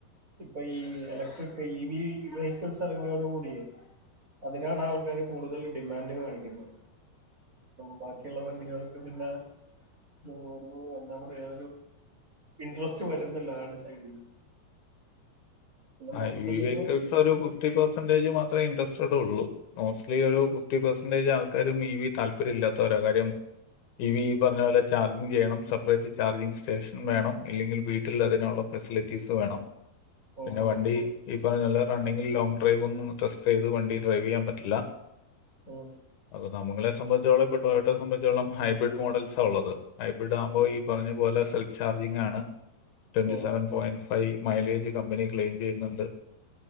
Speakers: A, on the right; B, on the left.
A: ഇപ്പൊ ഈ ഇലക്ട്രക് ഇ വി വെഹിക്കിൾസ് ഇറങ്ങിയോട് കൂടിയേ അതിനാണ് ആൾക്കാര് കൂടുതൽ ഡിമാൻഡ് കാണിക്കുന്നത് ബാക്കിയുള്ള വണ്ടികൾക്ക് പിന്നെ ഉം എന്താ പറയാ ഇൻട്രസ്റ്റ് വരുന്നില്ല ആടെ സൈഡിന്ന് മൊത്തത്തിലൊരു
B: ഐയ് വെഹിക്കിൾസ് ഒരു ഫിഫ്റ്റി പെയ് സന്റ് <unintelligible> മാത്രഇന്ട്രെസ്റ്റടോള്ളൂ നോസ്‌ലി ഒരു ഫിഫ്റ്റി പേസ്ന്റെജ് ആൾക്കാരും ഇവി താല്പര്യം ഇല്ലാത്ത വര കാര്യം ഇവി ഈ പറഞ്ഞ പോലെ ചാർജിംഗ് ചെയ്യണം സപ്പറേറ്റ് ചാർജിംഗ് സ്റ്റേഷൻ വേണം ഇല്ലെങ്കിൽ വീട്ടിൽ അതിനുള്ള ഫെസിലിറ്റീസ് വേണം
A: ഉം,
B: പിന്നെ വണ്ടി
A: ഉം,
B: ഈ പറ നല്ല റണ്ണിങ്ങിൽ ലോങ് ഡ്രൈവ്ന്നുംസ്ത ചെയ്ത് വണ്ടി ഡ്രൈവ് ചെയ്യാൻ പറ്റില്ല
A: ഉം,
B: അത് നമ്മക്ക് സംബന്ധിച്ചോളംപ്പൊ ടോ സംബന്ധിച്ചോളം ഹൈബ്രഡ് മോഡൽസ് ആള്ളത് ഹൈബ്രഡ് ആുമ്പോ ഈ പറഞ്ഞ പോലൊ കുതിങ്ങാണ് ട്വന്റി
A: ഉം,
B: seven point five mileage company claim ചെയ്യുന്നുണ്ട്